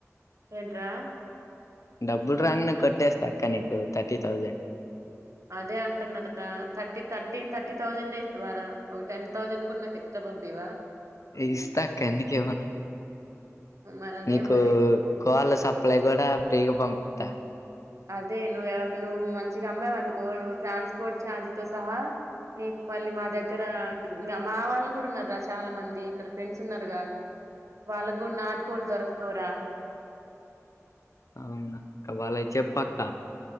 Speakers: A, on the right (about 65°); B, on the left (about 70°).
A: ఏంట్రా
B: డబ్బుల్ రాంగ్ న కొట్టేస్త అక్క నీకు థర్టీ థౌజండ్
A: అదే అంటున్నారు థర్టీ థర్టీ థర్టీ థౌజండ్ే ఇస్తు వారా ఒక టెన్ థౌసండ్ కూడా నాకు ఎక్స్ట్రా పంపివా
B: ఇస్తా అక్క ఎందుకేమన్నా
A: మరి అదే
B: నీకు
A: మరి
B: కోళ్ళ సప్లై కూడా ఫ్రీగా పంపిస్తా
A: అదే నువ్వుెవరికి నువ్వు మంచిగా అమ్మవ అనుకో నువ్వు ట్రాన్స్పోర్ట్ ఛార్జ్తో సహా నీకు మళ్ళీ మా దగ్గర మా వాళ్ళు కూడా ఉన్నారు రా చాలా మంది ఇక్కడ ఫ్రెండ్స్ ఉన్నారుగా వాళ్ళకు కూడా నాటుకోలు దొరకవురా
B: అవునాక వాళ్ళకు చెప్పక్క